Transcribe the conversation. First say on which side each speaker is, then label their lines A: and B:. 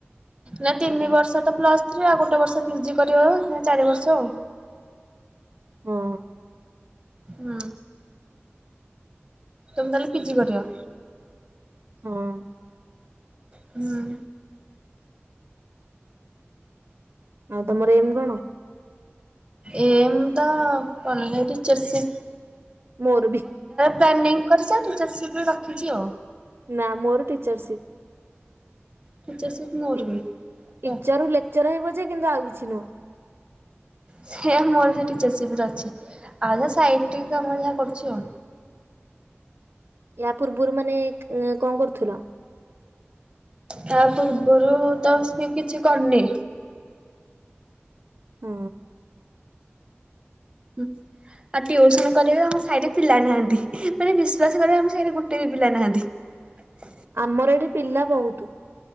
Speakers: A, on the right; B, on the right.
A: ନା ତିନି
B: ହଁ
A: ବର୍ଷ ତ ପ୍ଲସ ଥ୍ରୀ ଆଉ ଗୋଟେ ବର୍ଷ ପିଜି କରିବ। ନା ଚାରି ବର୍ଷ ଆଉ।
B: ହଁ।
A: ହୁଁ। ତୁମେ ତାହେଲେ ପିଜି କରିବ।
B: ହଁ।
A: ହୁଁ।
B: ଆଉ ତମର ଏମ୍ କଣ?
A: ଏମ୍ ତ ପନହି ଟିଚର୍ ସିପ୍।
B: ମୋରବି।
A: ପ୍ଳାନିଙ୍ଗ କରିଛ ଟିଚର ସିପ୍ ରେ ରଖିଛି ଆଉ।
B: ନା ମୋର ଟିଚରସିପ୍।
A: ଟିଚରସିପ୍ ମୋର
B: ଟି
A: ବି
B: ଟିଚର ରୁ ଲେକ୍ଚର ହେବି ପଛେ କିନ୍ତୁ ଆଉ କିଛି ନୁହଁ।
A: ସେ ମୋର ବି ସେଇ ଟିଚରସିପ୍ ଅଛି ଆଉ ଯାହା ସାଇଟ କାମ ଯାହା କରୁଛି ଆଉ।
B: ୟା ପୂର୍ବରୁ ମାନେ କଣ କରୁଥିଲ?
A: ତା ପୂର୍ବରୁ ତ ଆସି କିଛି କରିନି।
B: ହଁ।
A: ହୁଁ। ଆଉ ଟିଉସନ କରିବା ଆମ ସାହିରେ ପିଲା ନାହାନ୍ତି ମାନେ ବିଶ୍ଵାସ କରିବ ଆମ ସାହିରେ ଗୋଟେ ବି ପିଲା ନାହାନ୍ତି। ହଁ।
B: ଆମର ଏଠି ପିଲା ବହୁତ।